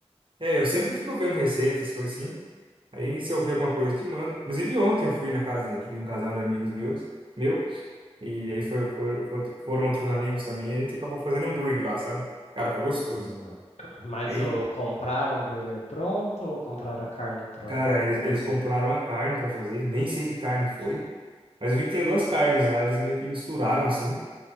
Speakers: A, on the right; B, on the left.
A: É, eu sempre fico vendo receitas, coisas assim. Aí se eu ver alguma coisa, eu te mando. Inclusive ontem eu fui na casa de de um casal de amigos meus, meu, e aí foi, foram, foram outros amigos também, e a gente acabou fazendo hambúrguer lá, sabe? Cara, foi gostoso.
B: Hum. Mas
A: Aí,
B: o comprar hambúrguer pronto ou comprar a carne para
A: cara, eles, eles
B: fazer?
A: compraram a carne pra fazer, nem sei que carne foi, mas eu vi que tinha duas carnes lá, eles meio que misturaram assim,